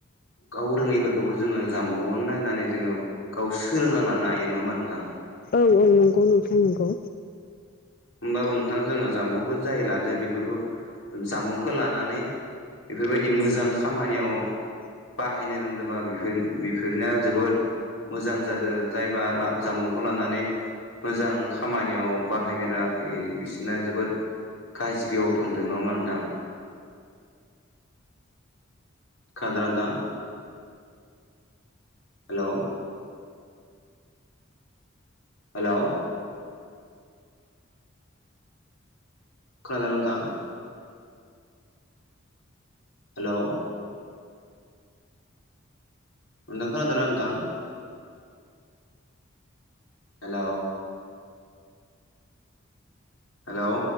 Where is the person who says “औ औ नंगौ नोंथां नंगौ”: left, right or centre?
Left